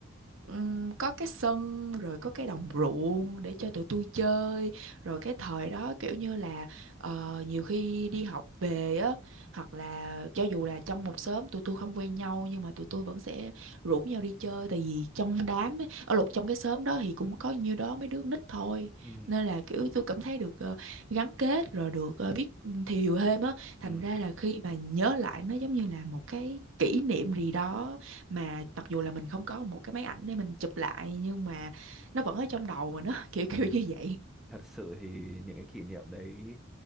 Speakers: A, on the right; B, in the centre.
A: ừm, có cái sân rồi có cái đồng ruộng để cho tụi tôi chơi rồi cái thời đó kiểu như là ờ, nhiều khi đi học về á hoặc là cho dù là trong một xóm tụi tôi không quen nhau nhưng mà tụi tôi vẫn sẽ rủ nhau đi chơi tại vì trong đám ấy, ở lục trong cái xóm đó thì cũng có nhiêu đó mấy đứa nít thôi
B: Ừ.
A: nên là kiểu tôi cảm thấy được ờ, gắn kết rồi được ờ, biết thiều thêm á thành
B: Ừ.
A: ra là khi mà nhớ lại nó giống như là một cái kỷ niệm gì đó mà mặc dù là mình không có một cái máy ảnh để mình chụp lại nhưng mà nó vẫn ở trong đầu mà nó <laughs> kiểu
B: Ừ.
A: kiểu như vậy
B: thật sự thì những cái kỷ niệm đấy